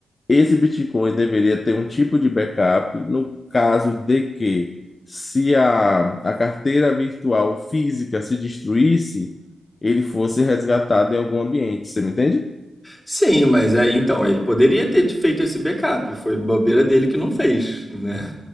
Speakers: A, on the left; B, on the left.
A: esse Bitcoin deveria ter um tipo de backup no caso de que, se a, a carteira virtual física se destruísse, ele fosse resgatado em algum ambiente. Você me entende?
B: Sim, mas é, então, ele poderia ter feito esse backup, foi bobeira dele que não fez, né?